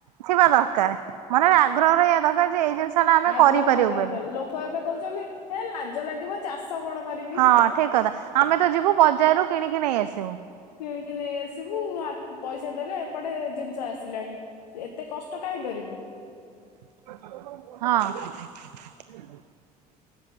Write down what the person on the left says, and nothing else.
ଆଗ୍ରହ
ରହିବାର
ଲୋକ ଏବେ କହୁଛନ୍ତି ହେ ଲାଜ ଲାଗିବ। ଚାଷ କଣ କରିବି।
କିଣିକି ନେଇ ଆସିବୁ ହା ପଇସା ଦେଲେ ଏପଟେ ଜିନିଷ ଆସିଲାଣି ଏତେ କଷ୍ଟ କାହିଁ କରିବୁ।